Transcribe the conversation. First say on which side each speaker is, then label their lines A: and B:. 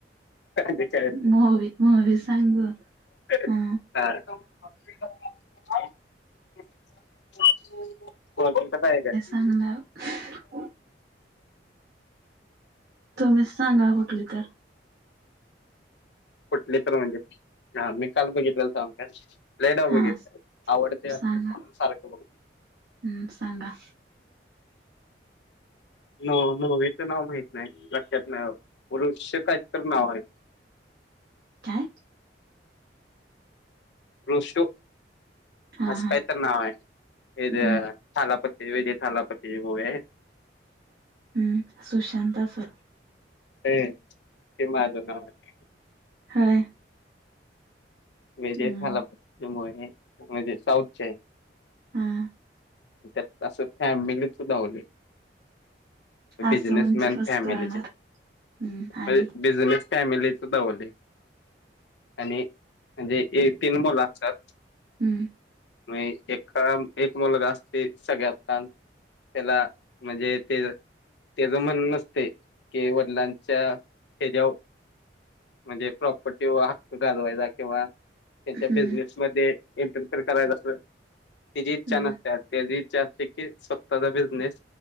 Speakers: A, on the left (about 75°); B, on the right (about 65°).
A: काय काय
B: मुव्ही मुव्ही सांगू-
A: हा.
B: हा
A: हो काय आहे काय-
B: <unintelligible> तुम्हीच सांगा कुठली तर-
A: कुठली तर म्हणजे हा मी काल बघितलेलं सांगू काय? लयदा
B: हा
A: बघितले आवडते
B: सांगा
A: सारखं बघ-
B: हम्म सांगा-
A: मुवीचं नाव माहित नाही लक्षात ना पुरुष काही तर नाव आहे-
B: काय?
A: ऋष
B: हा
A: अस
B: हा
A: काय तरी नाव आहे.
B: हम्म
A: थालापती विजय थालापतीची मुव्ही-
B: हम् सुशांत सर-
A: अ ते माज नाव आहे.
B: होय
A: विजय
B: हम्म
A: थालापतीची मुव्ही- म्हणजे साऊथचे-
B: हां
A: त्यात असं फॅमिलीत सुद्धा दावली-
B: असं
A: बिजनेसमॅन
B: म्हणजे कसं
A: फॅमिली-
B: कळणार हम्म आणि
A: म्हण बिझनेस फॅमिली डावले- आणि म्हणजे एक तीन मुलं असतात.
B: हम्-
A: एक मुलगा असत्या सगळ्यात लहान- त्याला म्हणजे ते त्याच म्हण नसते की- वडिलांचा ह्याच्यावर म्हणजे प्रॉपर्टीवर हक्क गाजवायचा किंवा त्यांच्या
B: हम्म
A: बिझनेस मध्ये एंटर फेयर करायच अस त्याची इच्छा
B: हम्म
A: नसते- त्याची इच्छा असते की स्वतःचा बिझनेस